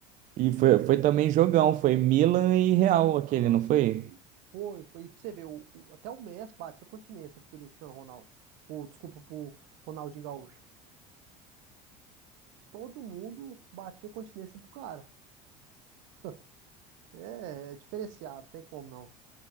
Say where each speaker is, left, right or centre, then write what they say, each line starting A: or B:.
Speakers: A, on the right; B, on the right.
A: E
B: E pra
A: foi,
B: você ver,
A: foi
B: o-
A: também jogão, foi Milan e Real aquele,
B: aham.
A: não foi?
B: E foi, foi. E pra você ver, o, o- até o Messi batia continência pro Cristiano Ronaldo. Pô, desculpa, pro Ronaldinho Gaúcho. Todo mundo batia continência pro cara. <laughs> É, é diferenciado, tem como não.